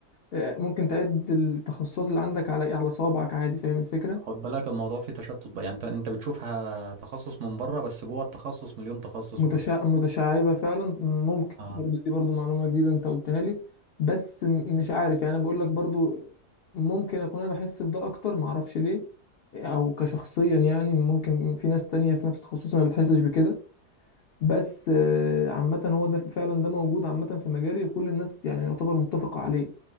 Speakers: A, on the left (about 85°); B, on the right (about 60°).
A: آه، ممكن تعد التخصصات اللي عندك على على صوابعك عادي فاهم الفكره
B: خد بالك الموضوع فيه تشتت بقى يعني انت انت بتشوفها تخصص من بره بس جوه التخصص مليون تخصص
A: متشع...
B: برضه
A: متشعبة فعلا ممكن
B: اه
A: برضو دي برضو معلومة جديدة انت قلتها لي بس م- مش عارف يعني انا بقول لك برضو ممكن اكون انا بحس بده اكتر معرفش ليه او كشخصيا يعني ممكن في ناس تانية في نفس تخصصي ما بتحسش بكده بس آه، عامة هو ده فعلا ده موجود عامة في مجالي وكل الناس يعني يعتبر متفقة عليه